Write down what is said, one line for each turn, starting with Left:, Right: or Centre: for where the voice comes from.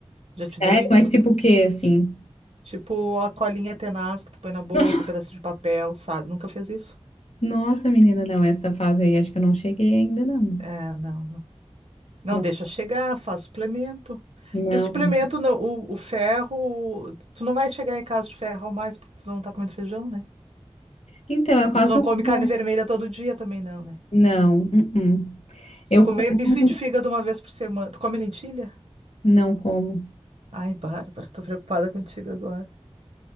Right: já te deu
Left: Sério?
Right: isso?
Left: Mas tipo o quê, assim?
Right: Tipo a colinha tenaz que tu põe na boca,
Left: <laughs>
Right: um pedacinho de papel, sabe? Nunca fez isso?
Left: Nossa, menina, não, essa fase aí acho que eu não cheguei ainda, não.
Right: É, não. Não
Left: Não.
Right: deixa chegar, faz suplemento.
Left: não.
Right: E o suplemento, não, o, o ferro, tu não vai chegar em casa de ferro ao mais, porque tu não tá comendo feijão, né?
Left: Então, eu quase
Right: E tu não
Left: não
Right: come
Left: como.
Right: carne vermelha todo dia também, não, né?
Left: Não, uh-uh.
Right: Se
Left: Eu
Right: tu comer
Left: como,
Right: bife de fígado uma vez por semana, tu come lentilha?
Left: não como.
Right: Ai, Bárbara, tô preocupada contigo agora.